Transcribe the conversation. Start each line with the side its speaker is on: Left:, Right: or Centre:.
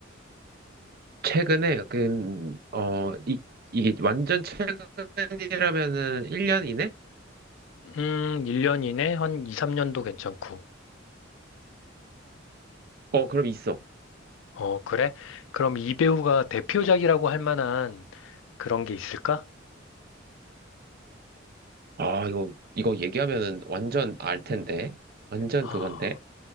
Right: 최근에, 그, 어, 이, 이게 완전 최근이라면은 1년 이내?
Left: 음, 1년 이내 한 2, 3년도 괜찮고.
Right: 어, 그럼 있어.
Left: 어, 그래? 그럼 이 배우가 대표작이라고 할 만한 그런 게 있을까?
Right: 아, 이거, 이거 얘기하면은 완전 알 텐데. 완전
Left: 아,
Right: 그건데.